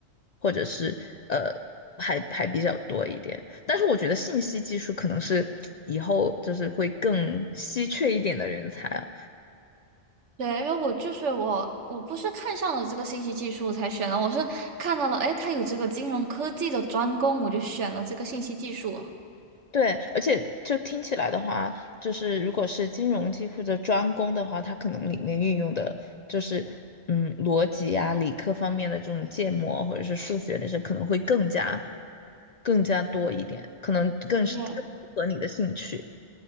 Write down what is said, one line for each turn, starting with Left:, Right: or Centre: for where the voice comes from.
Left: 或者是呃，还还比较多一点。但是我觉得信息技术可能是以后就是会更稀缺一点的人才啊。
Right: 对，因为我就是我，我不是看上了这个信息技术才选的，我是看到了，哎，它有这个金融科技的专攻，我就选了这个信息技术。
Left: 对，而且就听起来的话，就是如果是金融技或者专攻的话，它可能里面运用的就是嗯逻辑啊、理科方面的这种建模或者是数学那些，可能会更加更加多一点，可能更是更符合你的兴趣。
Right: 对